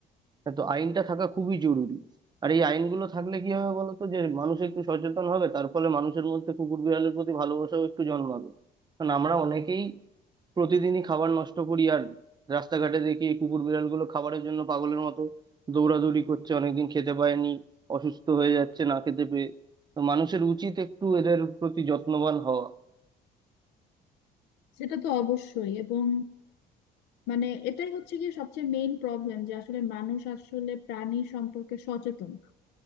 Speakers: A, on the right; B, on the left.
A: হ্যাঁ, তো আইনটা থাকা খুবই জরুরি আর এই আইনগুলো থাকলে কি হবে বলতো যে মানুষ একটু সচেতন হবে তার ফলে মানুষের মধ্যে কুকুর বিড়ালের প্রতি ভালোবাসাও একটু জন্মাবে কারণ আমরা অনেকেই প্রতিদিনই খাবার নষ্ট করি আর রাস্তাঘাটে দেখি এই কুকুর বিড়ালগুলো খাবারের জন্য পাগলের মতো দৌড়াদৌড়ি করছে অনেকদিন খেতে পায়নি অসুস্থ হয়ে যাচ্ছে না খেতে পেয়ে তো মানুষের উচিত একটু এদের প্রতি যত্নবান হওয়া
B: সেটা তো অবশ্যই এবং মানে এটাই হচ্ছে গিয়ে সবচেয়ে মেইন প্রবলেম যে আসলে মানুষ আসলে প্রাণী সম্পর্কে সচেতন না।